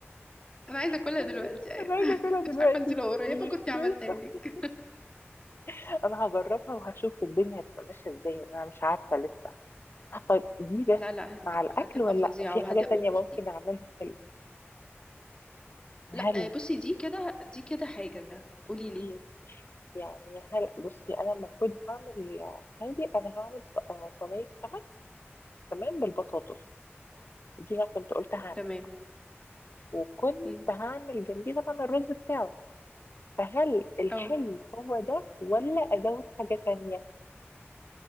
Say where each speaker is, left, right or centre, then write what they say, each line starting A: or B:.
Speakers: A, on the left; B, on the left.
A: انا عايزة اكلها
B: <laughs> مم.
A: دلوقتي ايوه
B: انا عايزه اكلها
A: <laughs>
B: دلوقتي
A: مش عارفة انت
B: مش
A: لو قريبة
B: مش
A: كنت
B: لسه
A: عملتها لك
B: <laughs> انا هجربها وهشوف الدنيا هتبقى ماشيه ازاي انا مش عارفه لسه طيب دي بس
A: لا لا هت-
B: مع الأكل
A: هتبقى
B: ولا
A: فظيعة
B: لأ؟ في
A: وهت
B: حاجة تانية
A: وبصي
B: ممكن أعملها في ال-
A: لا
B: هل
A: آه، بصي دي كده دي كده حاجة قولي لي
B: مم. يعني هل بصي أنا المفروض هعمل هادي أنا هعمل ص- آه، صينية سمك تمام بالبطاطس دي أنا كنت قلت هعمل
A: تمام
B: وكنت
A: مم.
B: هعمل جنبيه طبعا الرز بتاعه فهل الحلو
A: اه
B: هو ده ولا أزود حاجة تانية